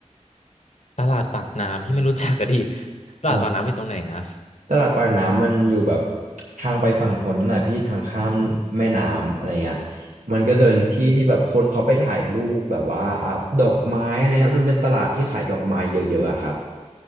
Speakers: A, on the left (about 65°); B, on the right (about 85°).
A: ตลาดปากน้ำพี่ไม่รู้จักก็ดี <laughs> ตลาดปากน้ำอยู่ตรงไหนนะ
B: อ่าตลาดปากน้ำมันอยู่แบบทางไปฝั่งธนนั่นแหละพี่ทางข้ามแม่น้ำอะไรเงี้ยมันก็จะเป็นที่ที่แบบคนเขาไปถ่ายรูปแบบว่าอ่ะดอกไม้อะไรเงี้ยมันเป็นตลาดที่ขายดอกไม้เยอะๆอะครับ